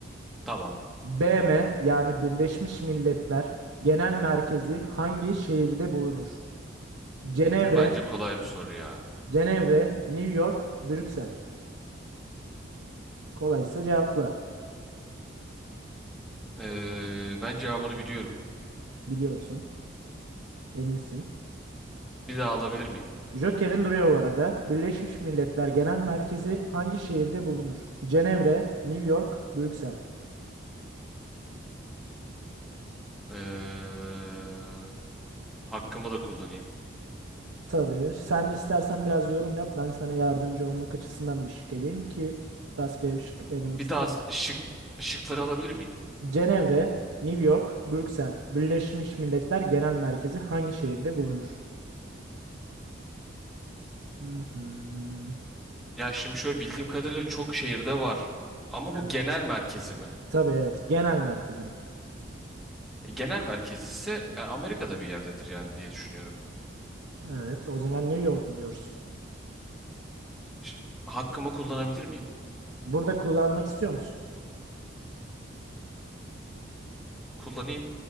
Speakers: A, in the centre; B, on the right.
A: Tamam.
B: BM yani Birleşmiş Milletler Genel Merkezi hangi şehirde bulunur? Cenevre,
A: Bu bence kolay bir soru ya.
B: Cenevre, New York, Brüksel. Kolaysa cevapla.
A: Ee, ben cevabını biliyorum.
B: Biliyorsun, eminsin.
A: Bir daha alabilir miyim?
B: Joker'in duruyor bu arada. Birleşmiş Milletler Genel Merkezi hangi şehirde bulunur? Cenevre, New York, Brüksel.
A: Ee, hakkımı da kullanayım.
B: Tabii. Sen istersen biraz yorum yap. Ben sana yardımcı olmak açısından bir şık eleyeyim ki rastgele bir şık elemek
A: Bir daha şık, şıkları alabilir miyim?
B: Cenevre, New York, Brüksel, Birleşmiş Milletler Genel Merkezi hangi şehirde bulunur? Hı hı.
A: Ya şimdi şöyle bildiğim kadarıyla çok şehirde var. Ama
B: Evet.
A: bu genel merkezi mi?
B: Tabii evet. Genel merkezi bu.
A: E, Genel merkezi ise e, Amerika'da bir yerdedir yani diye düşünüyorum.
B: Evet. O zaman New York mu diyoruz?
A: Ş- Hakkımı kullanabilir miyim?
B: Burada kullanmak istiyor musun?
A: Kullanayım.